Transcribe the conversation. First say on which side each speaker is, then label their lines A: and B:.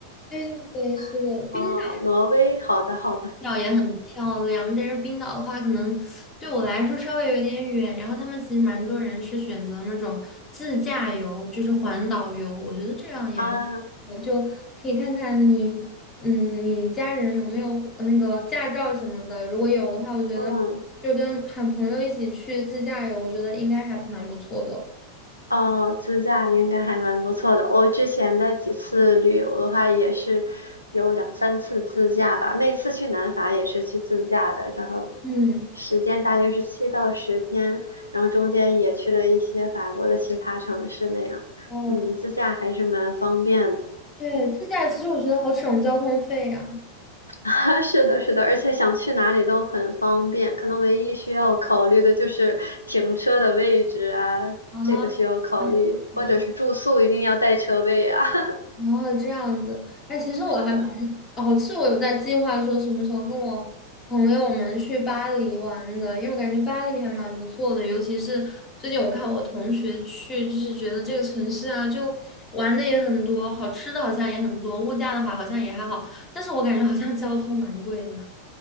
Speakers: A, on the left (about 25°); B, on the left (about 80°).
A: 对对对，是的，
B: <laughs>
A: 冰岛。
B: 哦，挪威，好的，好的，
A: 岛也很漂亮，但是冰岛的话，可能对我来说稍微有点远。然后他们其实蛮多人是选择那种自驾游，就是环岛游，我觉得这样也还蛮不错的，
B: 啊，
A: 就可以看看你，嗯，你家人有没有呃那个驾照什么的。如果有的话，我觉得就跟喊朋友一起去自驾游，
B: 嗯。
A: 我觉得应该还蛮不错的。
B: 哦，自驾应该还蛮不错的。我之前的几次旅游的话，也是有两三次自驾吧。那一次去南法也是去自驾的，然后
A: 嗯，
B: 时间大约是七到十天，然后中间也去了一些法国的其他城市那样。
A: 哦，
B: 嗯，自驾还是蛮方便的。
A: 对，
B: 嗯。
A: 自驾其实我觉得好省交通费啊。
B: 啊，<laughs> 是的，是的，而且想去哪里都很方便，可能唯一需要考虑的就是停车的位置啊，
A: 啊，
B: 这个需要考虑，
A: 是的
B: 或者是住宿一定要带车位啊。<laughs>
A: 哦，这样子，哎，其实我还蛮……
B: 是的。
A: 哦，是我有在计划说什么时候跟我朋友们去巴黎玩的，因为我感觉巴黎还蛮不错的，尤其是最近我看我同学去，就是觉得这个城市啊，就玩的也很多，好吃的好像也很多，物价的话好像也还好，但是我感觉好像交通蛮贵的。